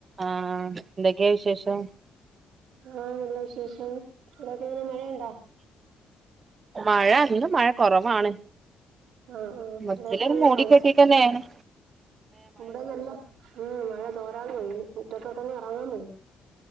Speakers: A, on the right; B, on the right.
A: ആഹ് എന്തൊക്കെയാ വിശേഷം
B: ആ നല്ല വിശേഷം എല്ലാർ എങ്ങനെ മയണ്ടൊ
A: മഴ ഇന്ന് മഴ കൊറവാണ്
B: ആഹ് ആഹ്
A: മൊത്തത്തില്
B: ഇവിടെയൊക്കെ നല്ല
A: മൂടിക്കെട്ടി
B: മഴ
A: ട്ടന്നെയാണ്
B: ഇവിടെ നല്ല ഉം മഴ തോരാതെ പെയ്യ്ന്ന് മുറ്റത്തോട്ടൊന്നും എറങ്ങാൻ വയ്യ